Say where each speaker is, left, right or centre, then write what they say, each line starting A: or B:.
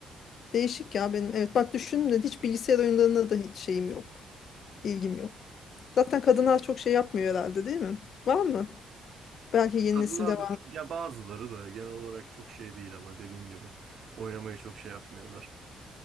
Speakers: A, on the left; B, on the right.
A: Değişik ya benim. Evet bak düşündüm de hiç bilgisayar oyunlarına da hiç şeyim yok. İlgim yok. Zaten kadınlar çok şey yapmıyor herhalde değil mi? Var mı? Belki yeni
B: Kadınlar
A: nesilde
B: da ya bazıları da genel olarak çok şey değil ama dediğin gibi oynamayı çok şey yapmıyorlar.